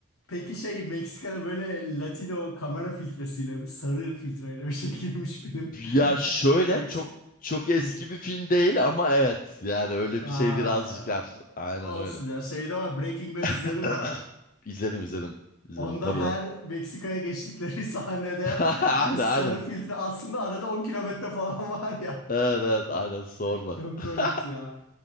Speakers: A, on the left; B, on the left.
A: peki şey Meksika'da böyle Latino kamera filtresiyle bir sarı filtreyle bir çekilmiş film.
B: Ya şöyle
A: <laughs> Yoksa.
B: çok çok eski
A: Hı.
B: bir film değil ama evet yani öyle
A: Ha,
B: bir şey birazcık var. Aynen
A: olsun
B: öyle.
A: ya şeyde var Breaking Bad izledim
B: <clears throat>
A: var.
B: İzledim izledim. İzledim
A: Onda
B: tabii
A: her
B: lan.
A: Meksika'ya geçtikleri <laughs> sahnede
B: <laughs> Aynen
A: bir sarı
B: aynen.
A: filtre aslında arada 10 kilometre falan var ya.
B: Evet evet aynen sorma.
A: <laughs> Çok
B: <laughs>
A: komikti ya.